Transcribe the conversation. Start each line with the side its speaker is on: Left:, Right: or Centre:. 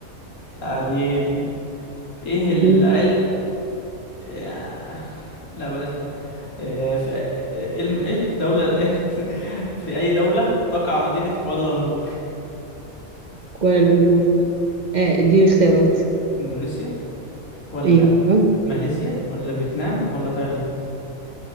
Left: تعاليلي ايه العلم
Right: <laughs> مم.
Left: آه، لا بلاش ده آه، في آه، الم... ايه دولة ايه <laughs> في أي دولة تقع مدينة كوالالمبور
Right: كوالا لمبور اه اديني اختيارات
Left: إندونيسيا ولا
Right: ايوه
Left: ماليزيا ولا فيتنام ولا تايلاند